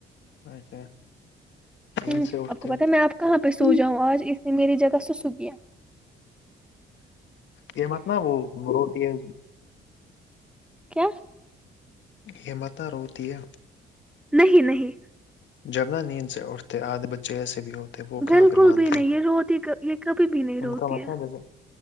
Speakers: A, on the left; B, in the centre.
A: اچھا نیند
B: ہوں
A: سے اٹھتے
B: آپ کو پتا میں آپ کہاں پہ
A: ہیں،
B: سو جاؤں آج اس نے میری جگہ سسو کیایا
A: یہ مت ن وہ بتی ہے
B: کیا
A: یہ متہ ر ہوتی ہے
B: نہیں نہیں
A: جبنا نیند سے اٹھتے آد بچے ایسے بھی ہوتے وہ کہاں
B: بالکل
A: پر مانتے
B: بھی نہیں
A: ہیں
B: روتی ہی یہ کبھی بھی نہیں روتی
A: ان کا مت
B: ہے
A: ب